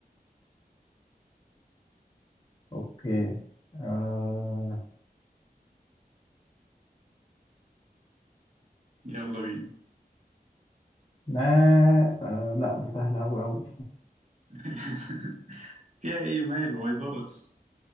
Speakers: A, on the left; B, on the right.
A: اوكي آه
B: يلا بينا
A: ما آه لا ده سهل أوي أوي
B: <laughs> فيها إيه مال وما يضرش